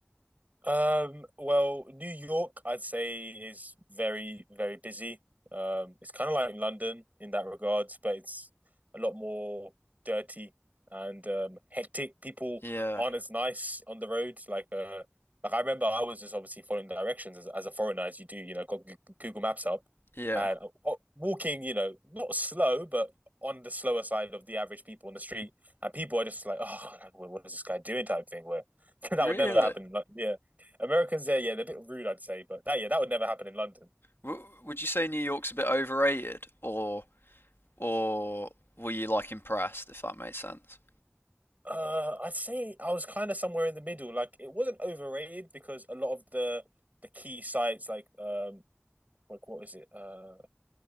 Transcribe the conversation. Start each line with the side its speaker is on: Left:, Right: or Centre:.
Right: Um, well, New York, I'd say, is very, very busy. Um, it's kind of like London in that regards, but it's a lot more dirty and um, hectic. People
Left: Yeah,
Right: aren't as nice on the road. Like, uh, like I remember, I was just obviously following directions as, as a foreigner, as you do. You know, got G- Google Maps up
Left: yeah.
Right: and uh, walking. You know, not slow, but on the slower side of the average people on the street. And people are just like, "Oh, like, what what is this guy doing?" type thing. Where <laughs> that
Left: Really?
Right: would never happen. Like, yeah. Americans there, yeah, they're a bit rude, I'd say, but that yeah, that would never happen in London.
Left: W would you say New York's a bit overrated, or or were you like impressed, if that makes sense?
Right: Uh, I'd say I was kind of somewhere in the middle. Like it wasn't overrated because a lot of the the key sites, like um, like what is it? Uh,